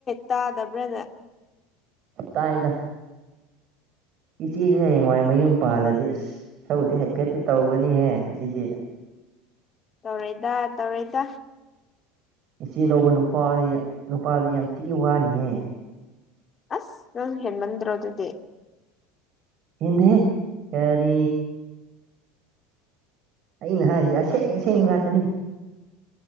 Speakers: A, on the left; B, on the right.
A: ꯇꯥꯗꯕ꯭ꯔꯥꯅ
B: ꯀꯥꯏꯗ ꯏꯆꯦꯁꯦ ꯍꯌꯦꯡꯋꯥꯏ ꯃꯌꯨꯝ ꯄꯥꯜꯂꯗꯤ ꯑꯁ ꯏꯁ ꯁꯧꯗꯤ ꯍꯥꯏꯐꯦꯠꯇꯤ ꯇꯧꯒꯅꯤꯍꯦ ꯑꯁꯤꯗꯤ
A: ꯇꯧꯔꯦꯗ ꯇꯧꯔꯦꯗ
B: ꯏꯆꯦ ꯂꯧꯕ ꯅꯨꯄꯥ ꯅꯨꯄꯥꯗꯤ ꯌꯥꯝ ꯊꯤ ꯋꯥꯅꯤꯍꯦ
A: ꯑꯁ ꯅꯪ ꯍꯃꯟꯔꯣꯗꯗꯦ
B: ꯍꯗꯦ ꯀꯔꯤ ꯑꯩꯅ ꯍꯥꯏꯔꯤꯁꯦ ꯑꯁꯦꯡ ꯑꯁꯦꯡꯕ ꯉꯥꯛꯇꯅꯤ